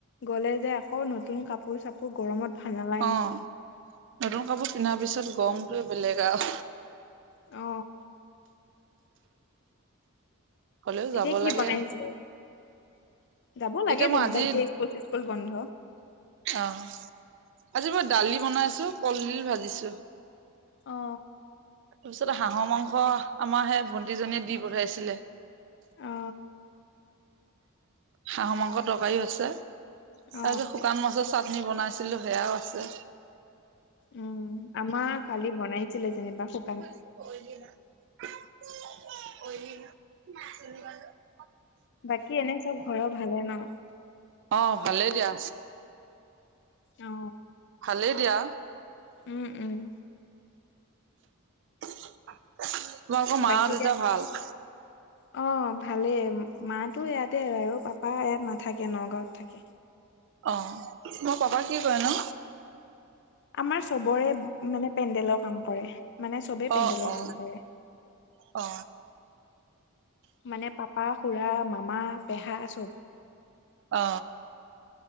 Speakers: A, on the left; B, on the right.
A: গ'লে যে আকৌ নতুন কাপোৰ-চাপোৰ গৰমত ভাল নালাগে
B: অ নতুন কাপোৰ পিন্ধাৰ পিছত গৰমটোয়ে বেলেগ আও।
A: অ।
B: হ'লেও যাব
A: এতিয়া কি
B: লাগে।
A: বনাইছে? যাব লাগে
B: এতিয়া মই
A: যেনিবা
B: আজি
A: এতিয়া স্কুল-চিচস্কুল বন্ধ।
B: অ। আজি মই দালি বনাইছো, কলডিল ভাজিছো।
A: অ
B: তাৰপিছত হাঁহৰ মাংস আমাৰ সেই ভণ্টিজনীয়ে দি পঠাইছিলে।
A: অ
B: হাঁহ মাংসৰ তৰকাৰীও আছে।
A: অ
B: তাৰপিছত শুকান মাছৰ চাটনি বনাইছিলো সেয়াও আছে।
A: উম আমাৰ কালি বনাইছিলে যেনিবা শু
B: <unintelligible>
A: বাকী এনেই চব ঘৰৰ ভালে ন?
B: অ ভালেই দিয়া।
A: অ।
B: ভালেই দিয়া।
A: উম উম।
B: তোমালোকৰ মা
A: বাকী
B: আৰু
A: এতিয়া
B: দেউতাৰ ভাল?
A: <inaudible> অ ভালেই মা টো ইয়াতে আৰু পাপা ইয়াত নাথাকে নগাঁৱত থাকে।
B: অ তোমাৰ পাপাই কি কৰে নো?
A: আমাৰ চবৰে মানে পেণ্ডেলৰ কাম কৰে মানে চবেই পেণ্ডেলৰ
B: অ অ
A: কাম কৰে।
B: অ।
A: মানে পাপা, খুৰা, মামা, পেহা চব।
B: অ।